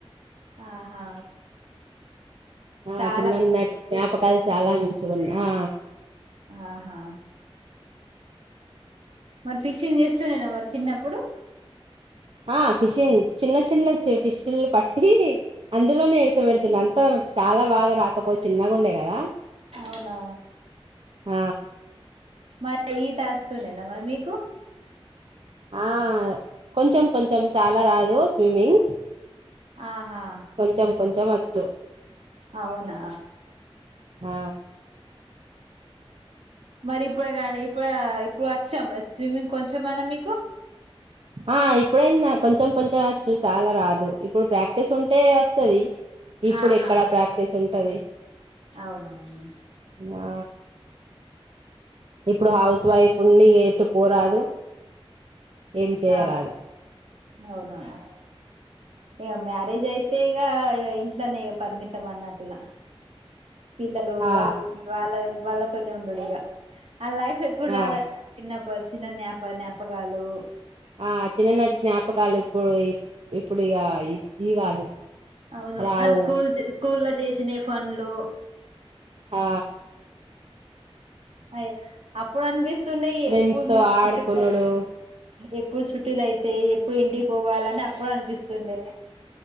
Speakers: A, on the right (about 75°); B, on the right (about 60°).
A: ఆహా చాలా
B: ఆ చిన్నన్నటి జ్ఞాపకాలు చాలా మంచిగున్నాయి ఆ
A: ఆహా మరి ఫిషింగ్ చేస్తూండేనా మరి చిన్నప్పుడు
B: ఆ ఫిషింగ్ చిన్న చిన్న ఫిషుల్ని పట్టీ అందులోనే ఇడ్సబెడుతుండే అంతా చాలా బాగా రాకపోవు చిన్నగుండె కదా
A: అవునా
B: ఆ
A: మరి ఈత వస్తుండేనా మరి మీకు
B: ఆ కొంచెం కొంచెం చాలా రాదు స్విమ్మింగ్
A: ఆహా
B: కొంచెం కొంచెం వచ్చు
A: అవునా
B: ఆ
A: మరి ఇప్పుడేకానీ ఇప్పుడ ఇప్పుడచ్చా మరి స్విమ్మింగ్ కొంచమన్నా మీకు
B: ఆ ఇప్పుడైనా కొంచెం కొంచెం వచ్చు చాలా రాదు ఇప్పుడు ప్రాక్టీస్ ఉంటే వస్తది ఇప్పుడు
A: ఆహా
B: ఎక్కడ ప్రాక్టీస్ ఉంటది
A: అవునవును
B: నా ఇప్పుడు హౌస్ వైఫ్ ని ఎటు పోరాదు ఏం చేయరాదు
A: ఆ అవునవును ఇగ మ్యారేజ్ అయితే ఇగ ఇగ ఇంట్లనె ఇగ పరిమితం అన్నట్టిగా పిల్లలు
B: ఆ
A: వాళ్ళ వాళ్ళ వాళ్ళతోనే ఉండుడిగ ఆ లైఫ్ ఎప్పుడు
B: ఆ
A: రాదు చిన్నప్పుడు చిన్న జ్ఞాప-జ్ఞాపకాలు
B: ఆ చిన్ననాటి జ్ఞాపకాలు ఇప్పుడు ఇప్పుడు ఇగ ఇ కాదు
A: అవును
B: రావు
A: ఆ స్కూల్స్ స్కూల్ లొ చేసినై ఫన్లు
B: ఆ
A: అయ అప్పుడనిపిస్తుండే
B: ఫ్రెండ్స్
A: ఎప్పుడు
B: తో
A: మన
B: ఆడుకునుడు
A: కుటుంబం ఎప్పుడు చుట్టీలు అయితై ఎప్పుడు ఇంటికి పోవాల అప్పుడనిపిస్తుండే